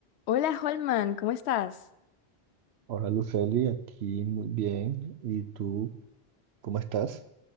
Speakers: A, on the left; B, on the right.
A: Hola Holman, ¿cómo estás?
B: Hola Luceli, aquí muy bien. ¿Y tú cómo estás?